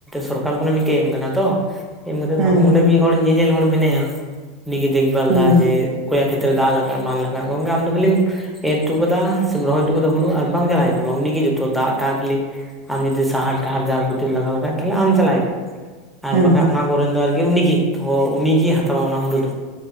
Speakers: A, in the centre; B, on the right (about 55°).
A: ᱥᱚᱨᱠᱟᱨ ᱠᱷᱚᱱᱟᱜ ᱢᱤᱫᱴᱮᱱ ᱮᱢ ᱠᱟᱱᱟ ᱛᱚ ᱤ
B: ᱦᱩᱸ
A: ᱚᱸᱰᱮ ᱢᱤᱫ ᱦᱚᱲ ᱧᱮᱧᱮᱞ ᱦᱚᱲ ᱢᱮᱱᱟᱭᱟ ᱩᱱᱤᱜᱮ ᱫᱮᱠᱵᱞ
B: ᱦᱩᱸ
A: ᱫᱫᱟ ᱡᱮ ᱚᱠᱚᱭᱟᱜ ᱠᱷᱮᱛᱨᱮ ᱫᱟᱜᱼᱟ ᱵᱟᱝ ᱞᱟᱜᱼᱟ ᱜᱚᱢᱠᱮ ᱟᱢ ᱠᱷᱤᱢ ᱮᱨᱴᱩ ᱠᱟᱫᱟ ᱥᱮ ᱨᱚᱦᱚᱭᱴ ᱠᱟ ᱠᱮᱫᱫᱟ ᱦᱩ ᱵᱟᱝ ᱪᱟᱞᱟᱜ ᱦᱩᱭᱩᱜ ᱛᱟᱢᱟ ᱴ ᱜᱮ ᱡᱚᱛᱚ ᱫᱟᱜ ᱫᱟᱜᱠᱞᱤ ᱟᱢ ᱡᱩᱫᱤ ᱥᱟᱦᱟᱨ ᱴᱟᱦᱟᱨ ᱡᱟᱵᱩᱛᱤᱢ ᱞᱟᱜᱟᱣ ᱠᱷᱟᱱᱡ ᱛᱟᱦᱦᱮ ᱟᱢ ᱪᱟᱞᱟᱣ ᱦᱤᱡᱩᱜᱼᱟ ᱟᱨ
B: ᱦᱩᱸ
A: ᱵᱟᱠᱷᱟᱡ
B: ᱦᱩᱸ
A: ᱚᱱᱟ ᱠᱚᱨᱮᱱ ᱫᱚᱠ ᱩᱱᱤᱜᱮ ᱛᱚᱚ ᱩᱱᱤᱜᱤᱭᱭ ᱦᱟᱛᱟᱣᱟ ᱚᱱᱟ ᱦᱩᱲᱩ ᱫᱚ